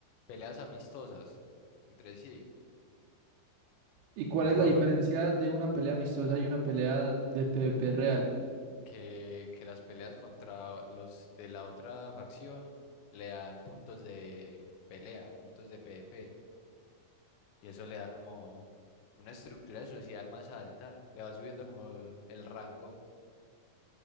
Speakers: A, on the left; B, on the right.
A: peleas amistosas entre sí,
B: ¿Y cuál
A: pero
B: es la diferencia de una pelea amistosa y una pelea de PvP real?
A: que, que las peleas contra los de la otra facción le dan puntos de pelea, puntos de PvP. Y eso le da como una estructura social más alta, le va subiendo como el rango.